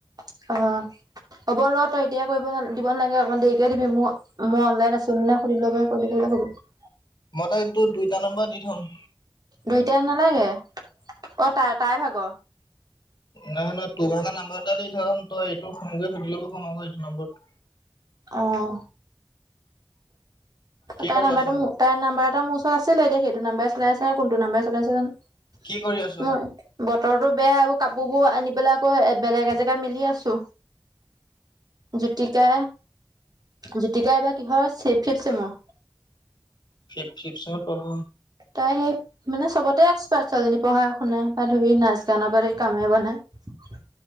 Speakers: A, on the right; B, on the left.
A: <inaudible> অ হ'ব ৰ তই এতিয়া কৰিব দিব নাগে অকমান দেৰিকে দিবি ম মই অনলাইন আছো নে শন বে কৰিলে কৰিলে বহুত
B: মই তই তোৰ দুইটা নম্বৰ দি থ'ম
A: দুইটা নালাগে অ তাই তাই ভাগৰ
B: নহয় নহয় তোমে নাম্বাৰ এটা দি থাম তই এইটো ফোনকে সুধি লব কম আকৌ এইটো নম্বৰত
A: অহ
B: কি
A: তাই
B: কৰি
A: নাম্বাৰটো
B: আছ?
A: তাই নাম্বাৰ এটা মোৰ চৰত আছিলে এতিয়া সেইটো নাম্ব চলাই আছে নে কোনটো নাম্বাৰ চলাইছে জানো
B: কি কৰি আছ?
A: মই বতৰৰতো বেয়া আৰু কাপোৰ বোৰ আনি পেলাই আকৌ বেলেগ এজেগাত মিলি আছো জোতিকা জ্যোতিকা এব কিহৰ চ ফিফ চেমৰ
B: ফ ফিপচঙত পাব
A: তাই সেই মানে চবতে এক্সপাৰ্ট ছালীজনী পঢ়া শুনা বা ধুৰি নাচ গানৰ পৰা কামে বনাই